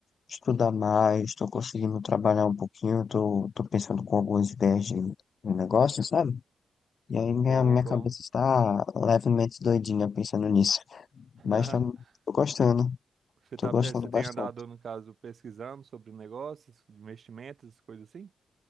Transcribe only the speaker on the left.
estudar mais, tô conseguindo trabalhar um pouquinho, tô, tô pensando com algumas ideias de, de negócio, sabe? E aí minha,
minha
cabeça está levemente doidinha pensando nisso.
Mas tá, tô gostando,
tô
gostando
bastante.